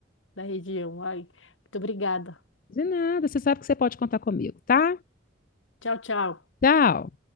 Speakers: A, on the left; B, on the left.
A: da região. Ai, muito obrigada.
B: De nada, você sabe que você pode contar comigo, tá?
A: Tchau, tchau.
B: Tchau.